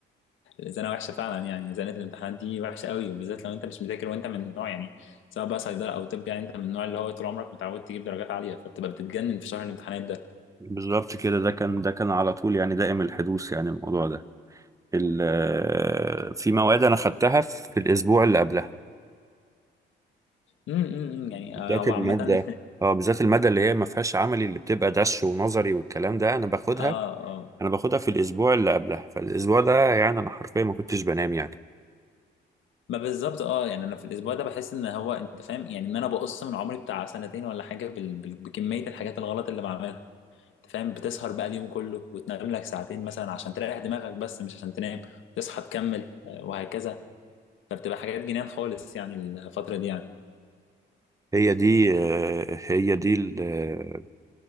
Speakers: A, on the left; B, on the right.
A: الزنقه وحشه فعلا يعني زنقه الامتحانات دي وحشه قوي وبالذات لو انت مش مذاكر وانت من النوع يعني سواء بقى صيدله او طب يعني انت من النوع اللي هو طول عمرك متعود تجيب درجات عاليه فبتبقى بتتجنن في شهر الامتحانات ده
B: بالظبط كده ده كان ده كان على طول يعني دائم الحدوث يعني الموضوع ده ال... آه، في مواد انا خدتها في الاسبوع اللي قبلها
A: امم يعني
B: بالذات
A: آه هو
B: الماده
A: عامه <laughs>
B: اه بالذات الماده اللي هي ما فيهاش عملي اللي بتبقى دش ونظري والكلام ده انا باخدها
A: اه اه
B: انا باخدها في الاسبوع اللي قبلها فالاسبوع ده يعني انا حرفيا ما كنتش بنام يعني
A: ما بالظبط اه يعني انا في الاسبوع ده بحس ان هو انت فاهم يعني ان انا بقص من عمري بتاع سنتين ولا حاجه بال... بال- بكميه الحاجات الغلط اللي بعملها انت فاهم بتسهر بقى اليوم كله وتنام لك ساعتين مثلا عشان تريح دماغك بس مش عشان تنام وتصحى تكمل آه، وهكذا فبتبقى حاجات جنان خالص يعني الفتره دي يعني
B: هي دي آه، هي دي ال- آه،